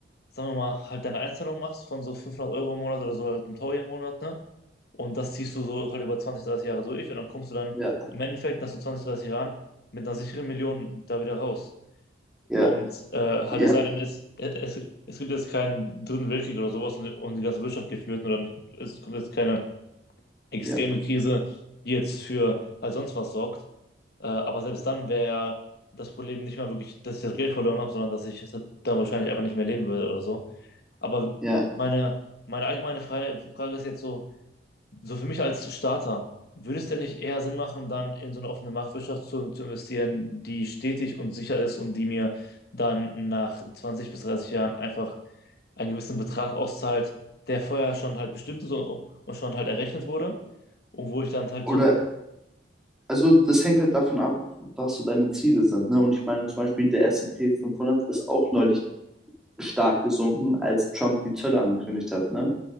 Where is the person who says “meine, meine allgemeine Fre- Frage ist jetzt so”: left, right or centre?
Left